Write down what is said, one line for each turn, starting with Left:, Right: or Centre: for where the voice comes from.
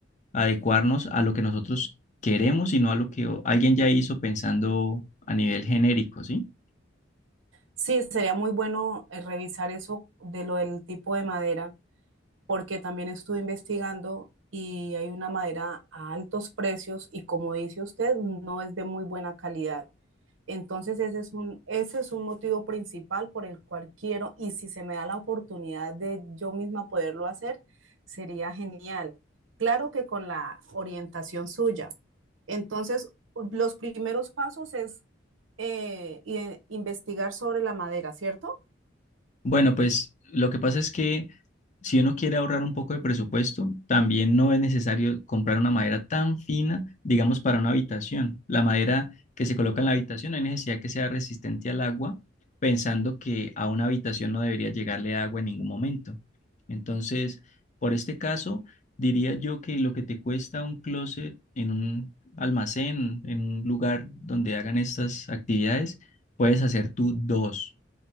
Left: adecuarnos a lo que nosotros queremos y no a lo que o- alguien ya hizo pensando a nivel genérico, ¿sí?
Right: Sí, sería muy bueno eh, revisar eso de lo del tipo de madera, porque también estuve investigando y hay una madera a altos precios y como dice usted, no es de muy buena calidad. Entonces ese es un, ese es un motivo principal por el cual quiero, y si se me da la oportunidad de yo misma poderlo hacer, sería genial. Claro que con la orientación suya. Entonces, los primeros pasos es eh, i- investigar sobre la madera, ¿cierto?
Left: Bueno, pues lo que pasa es que si uno quiere ahorrar un poco de presupuesto, también no es necesario comprar una madera tan fina, digamos, para una habitación. La madera que se coloca en la habitación, no hay necesidad que sea resistente al agua, pensando que a una habitación no debería llegarle agua en ningún momento. Entonces, por este caso, diría yo que lo que te cuesta un closet en un almacén, en un lugar donde hagan estas actividades, puedes hacer tú dos